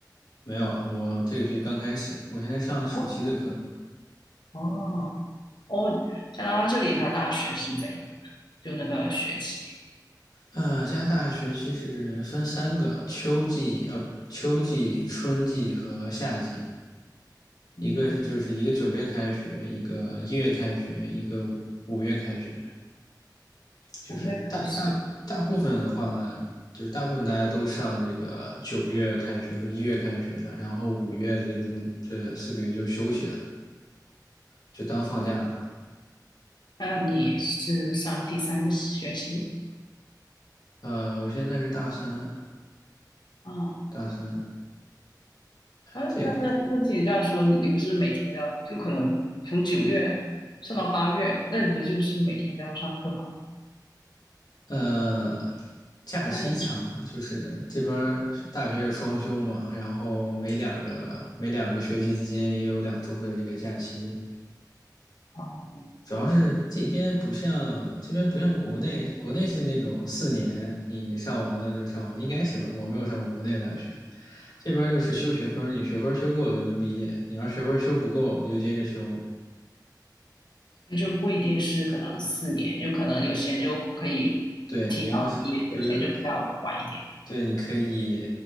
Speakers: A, on the left (about 65°); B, on the left (about 85°).
A: 没有啊，我这个学期刚开始，我现在上的暑期的课。
B: 哦哦哦，加拿大这里他大学是怎样的？就那个学期，
A: 呃，加拿大学期是分三个：秋季，呃，不，秋季、春季和夏季。
B: 嗯，
A: 一个是就是一个九月开学，一个一月开学，一个五月开学，就是大大大部分的话，
B: 五月开始，
A: 就是大部分大家都上这个九月开学和一月开学的，然后五月这中这四个月就休息了，就当放假了。
B: 那你是上第三个学期？
A: 呃，我现在是大三，
B: 啊？
A: 大三，
B: 啊，那那那听你这样说，
A: 这个
B: 你你不是每天都要，就可能从九月上到八月，那你不就是每天都要上课吗？
A: 呃，假期长，
B: 大概是
A: 就是这边大学是双休嘛，然后每两个每两个学期之间也有两周的这个假期，
B: 哦，
A: 主要是这边不像这边不像国内，国内是那种四年你上完了就上完，应该是吧？我没有上过国内的大学，这边就是修学分你学分修够了就能毕业，你要学分修不够你就接着修。
B: 那就不一定是可能四年，就可能有些人就可以提早毕业，
A: 对你要是比如
B: 有些人就比较晚一点。
A: 对你可以